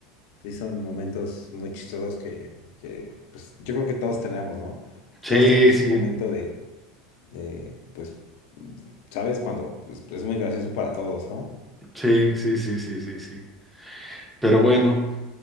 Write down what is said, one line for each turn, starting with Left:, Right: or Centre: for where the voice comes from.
Left: sí son momentos muy chistosos que, que, pues, yo creo que todos tenemos, ¿no?
Centre: Sí,
Left: Todos tenemos
Centre: sí,
Left: un momento de, de, pues, ¿sabes? Cuando pues, pues, es muy gracioso para todos, ¿no?
Centre: sí, sí, sí, sí, sí, sí. Pero bueno,